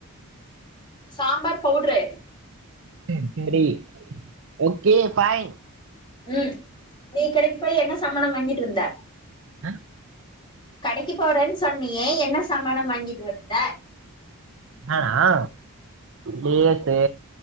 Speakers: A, on the left; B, on the right.
A: சாம்பார் பவுட்ரு
B: சேர் சேரி ஓகே ஃபைன்
A: ம் நீ கடைக் போய் என்ன சாமான வாங்கிட் வந்த
B: <inaudible>
A: கடக்கி போறேனு சொன்னியே என்ன சாமான வாங்கிட் வந்த
B: அ ஆ லேஸு